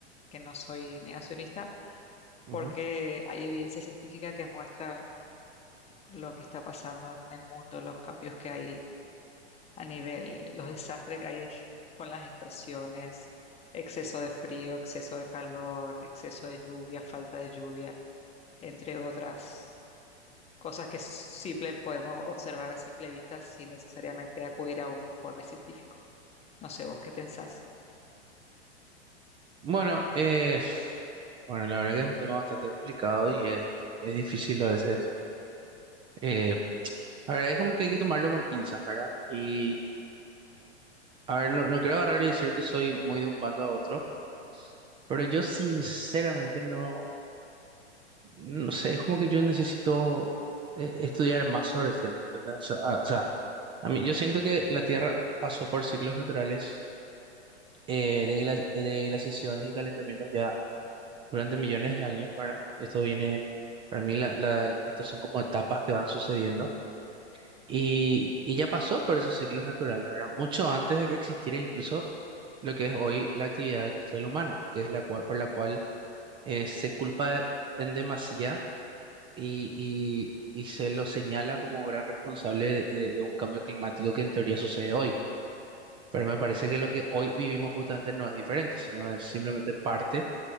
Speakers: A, on the left (about 20°); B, on the right (about 15°).
A: que no soy negacionista,
B: Ujú.
A: porque hay evidencia científica que muestra lo que está pasando en el mundo, los cambios que hay a nivel, los desastres que hay con las estaciones, exceso de frío, exceso de calor, exceso de lluvia, falta de lluvia, entre otras cosas que simple podemos observar a simple vista sin necesariamente acudir a un informe científico. No sé, ¿vos qué pensás?
B: Bueno, eh, bueno, la verdad que es un tema bastante complicado y es, es difícil a veces. Eh, a ver, es como que hay que tomarlo con pinzas, ¿verdad? Y, a ver, no, no quiero agarrar y decir que soy muy de un bando a otro, pero yo sinceramente no, no sé, es como que yo necesito eh, estudiar más sobre el tema, ¿entendés? O sea, a- o sea, a mí, yo siento que la Tierra pasó por ciclos naturales eh, de, gla- de glaciaciones y calentamientos ya durante millones de años, ¿verdad? Esto viene, para mí, la, la- estos son como etapas que van sucediendo y, y ya pasó por esos ciclos naturales, ¿verdad? Mucho antes de que existiera incluso lo que es hoy la actividad industrial humana, que es la cual, por la cual eh, se culpa en demasía y, y, y se lo señala como gran responsable de, de- de un cambio climático que en teoría sucede hoy. Pero me parece que lo que hoy vivimos justamente no es diferente, sino es simplemente parte